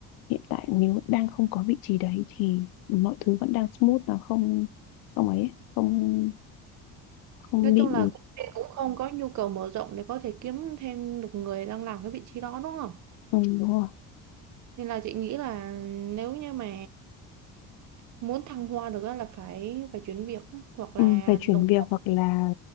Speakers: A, on the left (about 75°); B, on the right (about 55°).
A: hiện tại nếu đang không có vị trí đấy thì mọi thứ vẫn đang smooth nó không không ấy không không
B: Nói
A: bị
B: chung là công ty cũng không có nhu cầu mở rộng để có thể kiếm thêm được người đang làm cái vị trí đó đúng không?
A: ừ, đúng rồi.
B: Nên là chị nghĩ là nếu như mà muốn thăng hoa được á là phải phải chuyển việc á, hoặc
A: Ừ,
B: là
A: phải
B: đổi
A: chuyển việc hoặc là